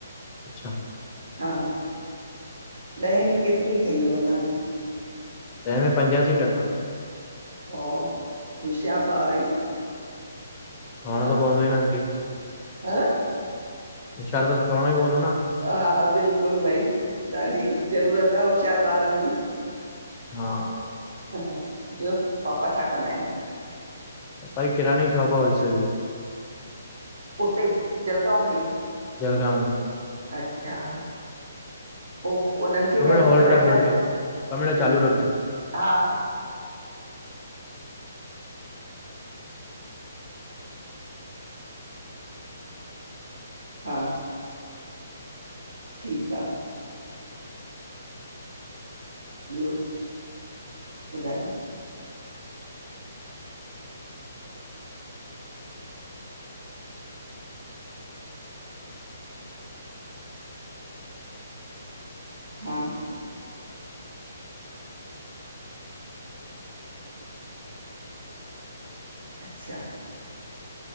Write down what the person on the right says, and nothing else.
हा ॾहें में केतिरी ठहीयव तव्हांजी?
ओ होशियार ॿार आईं
हां?
हां।
हा बिल्कुलु भई ॾाढी ज़रूरत आ होशियारु ॿारनि जी।
ॿियो पापा छा कंदा आहिनि?
उते ई जलगांव में ई।
अच्छा पो उननि खे
बि
हेल्प
कराईंदा
आहियो
हुं
हा हा। हा‌ ठीकु आ। ॿियो ॿुधायो? हां अच्छा!